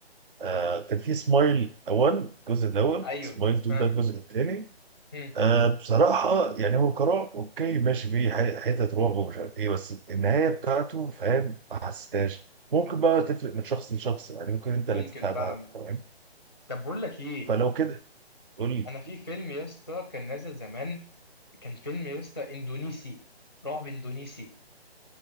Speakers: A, on the right; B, on the left.
A: آه كان في سمايل 1 الجزء الاول
B: ايوه
A: سمايل 2
B: ها
A: ده الجزء الثاني
B: مم.
A: آه بصراحه يعني هو كرعب اوكي ماشي فيه ح- حتت رعب ومش عارف ايه بس النهايه بتاعته فاهم ما حسيتهاش ممكن بقى تفرق من شخص لشخص يعني ممكن انت
B: ممكن
A: اللي تفهمها
B: فعلا
A: فاهم
B: طب بقول لك ايه
A: فلو كده قول لي
B: انا في فيلم يا اسطى كان نازل زمان كان فيلم يا اسطى اندونيسي رعب اندونيسي